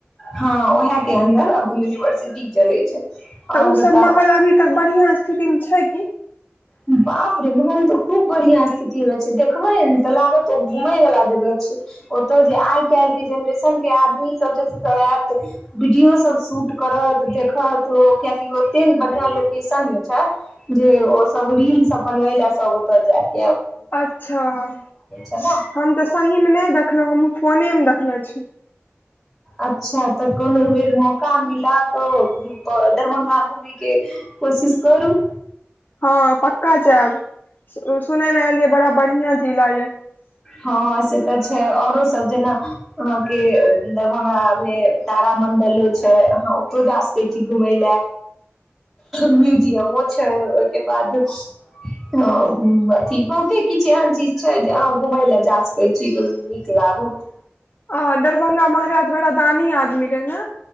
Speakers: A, in the centre; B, on the left.
A: हँ उह के अन्दर अब यूनिवर। सी चले छै।
B: तऽ
A: आओर
B: ओसभ
A: बताउ
B: माहौल अभी तक बढ़िआँ स्थितिमे छै कि।
A: बाप रे महल तऽ खूब बढ़ििया स्थिति मे छै देखबै ने तऽ लागत ओ घूमय वालला जगह छै ओतय जे आइ काल्हि के जेनरेशन के आदमी सब सब आयत वीडियो सब शूट करत देखत ओ कियकि ओते ने बढ़ििया लोकेशन मे छै जे। सब रील्स बनबै ले जाइत।
B: अच्छा <unintelligible>
A: छै ने
B: हम तऽ सहीमे नहि देखलहुँ हमहूँ फोनेमे देखने छी।
A: अच्छा तऽ कोनो बेर मौका मिला कऽप दरभंगा घुमयके कोशिश करू।
B: हँ पक्का जायब सुनय मे आयलिये बड़ा बढ़ििया। जे लागै।
A: हँ से तऽ छै औरो सब जेना। अहाँके दरभंगा मे तार मंडलो छै अहाँ ओतो जा सकै छी घुम ल म्युजियमो छै ओहिके बाद अथ बहुते किछ एहन चीज छै जे। घुमै ल जास कहै छी त नीक लागत।
B: आ दरभङ्ंगा हमारे हथ बड़ा दानी आदमी रहै ने।